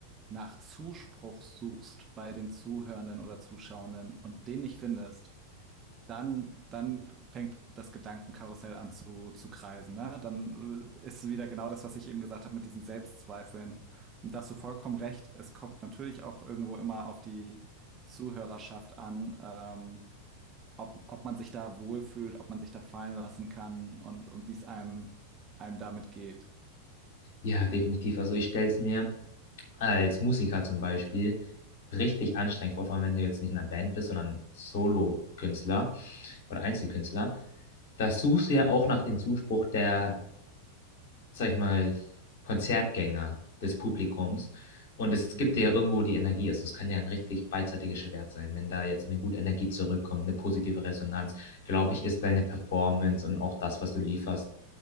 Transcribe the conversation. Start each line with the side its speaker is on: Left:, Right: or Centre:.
Right: nach Zuspruch suchst bei den Zuhörenden oder Zuschauenden und den nicht findest, dann, dann fängt das Gedankenkarussell an zu, zu kreisen, ne? Dann ist wieder genau das, was ich eben gesagt habe mit diesen Selbstzweifeln. Und da hast du vollkommen recht. Es kommt natürlich auch irgendwo immer auf die Zuhörerschaft an, ähm, ob, ob man sich da wohlfühlt, ob man sich da fallen lassen kann und, und wie es einem, einem damit geht.
Left: Ja, definitiv. Also ich stelle es mir als Musiker zum Beispiel richtig anstrengend vor, vor allem wenn du jetzt nicht in einer Band bist, sondern Solo-Künstler oder Einzelkünstler. Da suchst du ja auch nach dem Zuspruch der sag ich mal, Konzertgänger des Publikums. Und es
Right: Mhm.
Left: gibt dir ja irgendwo die Energie. Also es kann ja ein richtig beidseitiges Schwert sein. Wenn da jetzt eine gute Energie zurückkommt, eine positive Resonanz, glaube ich, ist deine Performance und auch das, was du lieferst,